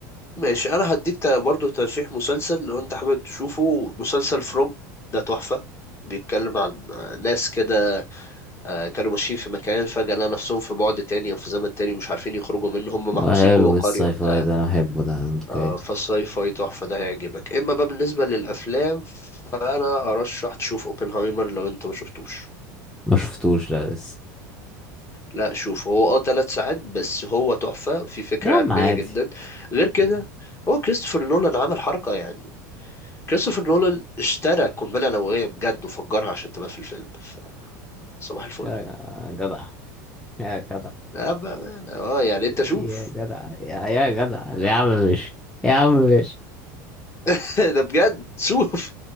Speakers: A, on the left (about 25°); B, in the centre.
A: ماشي انا هديك تا- برضو ترشيح مسلسل لو انت حابب تشوفه مسلسل فروم ده تحفة بيتكلم عن ناس كده آه، كانوا ماشيين في مكان فجأة لقوا نفسهم في بعد تاني او في زمن تاني مش عارفين يخرجوا منه هم محبوسين
B: هو حلو
A: جوه قرية
B: الساي
A: وبتاع
B: فاي ده انا بحبه ده اوكي
A: آه، فالساي فاي تحفة ده هيعجبك اما بقى بالنسبة للافلام فانا ارشح تشوف اوبنهايمر لو انت ما شفتوش
B: ما شفتوش لا لسه
A: لا شوف هو اه ثلاث ساعات بس هو تحفة في فكرة
B: يا عم
A: علمية
B: عادي
A: جدا غير كده
B: يا
A: هو كريستوفر نولان عمل حركة يعني كريستوفر نولان اشترى قنبلة نووية بجد وفجرها عشان تبقى في الفيلم ف- صباح الفل
B: يا جدع يا جدع
A: لا بقى اه يعني انت شوف
B: يا جدع يا يا جدع يا عم ماشي يا عم ماشي
A: <laughs> ده بجد شوف